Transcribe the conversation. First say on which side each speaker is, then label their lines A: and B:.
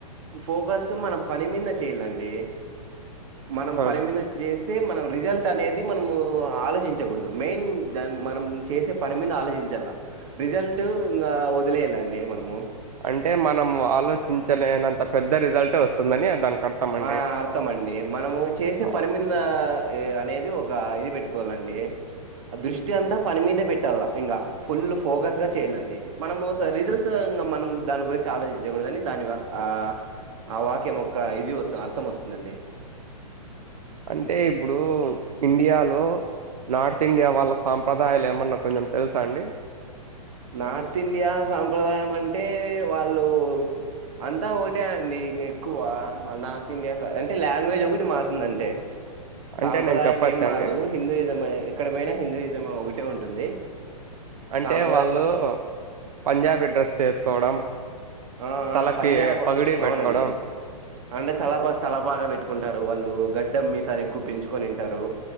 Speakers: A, on the right; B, on the right.
A: ఫోకస్ మనం పని మీద చేయిలండి మనం
B: అవునండి
A: పనిమీద చేస్తే మనం రిజల్ట్ అనేది మనము ఆలోచించకూడదు మెయిన్ దాన్ని మనం చేసే పని మీద ఆలోచించాల రిజల్ట్ ఇంగా వదిలేయాలండి మనము
B: అంటే మనం ఆలోచించలేనంత పెద్ద రిజల్టే వస్తుందని దానికి అర్థమండి.
A: ఆ అర్థం అండి మనము చేసే
B: ఆ
A: పనిమింద ఏ అనేది ఒక ఇది పెట్టుకోవాలండి ఆ దృష్టి అంతా పని మీదే పెట్టాల ఇంకా ఫుల్ ఫోకస్ గా చెయ్యాలండి మనం రిజల్ట్స్ం మనం దాని గురించి ఆలోచించకూడదని దాని ఆ ఆ వాక్యంయోక్క ఇది వస్తు ఆర్థం వస్తుందండి
B: అంటే ఇప్పుడు ఇండియాలో నార్త్ ఇండియా వాళ్ళ సాంప్రదాయాలు ఏమన్నా కొంచెం తెలుసా అండి
A: నార్త్ ఇండియా సాంప్రదాయం అంటే వాళ్ళు అంతా ఒకటే అండి ఇంక ఎక్కువ నార్త్ ఇండియా అంటే లాంగ్వేజ్ ఒకటి మారుతుంది అంతే
B: అంటే
A: సాంప్రదాయం
B: నేను చెప్పచ్చండి.
A: ఏం మారదు హిందూయిజం ఎక్కడ పోయినా హిందూయిజం ఒకటే ఉంటుంది
B: అంటే
A: సాంప
B: వాళ్ళు పంజాబీ డ్రెస్ వేసుకోవడం
A: ఆ
B: తలకి
A: ఆ పంజాబ్
B: పగిడి పెట్టుకోవడం
A: అవునండి అంటే తల
B: అలా
A: పా తల పాగా పెట్టుకుంటారు వాళ్ళు గడ్డం మీసాలు ఎక్కువ పెంచుకొనింటారు